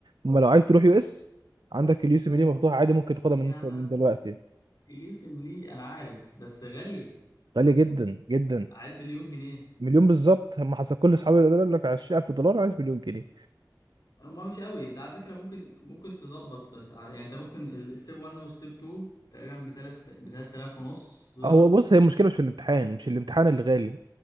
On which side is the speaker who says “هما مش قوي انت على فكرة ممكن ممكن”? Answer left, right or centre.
Left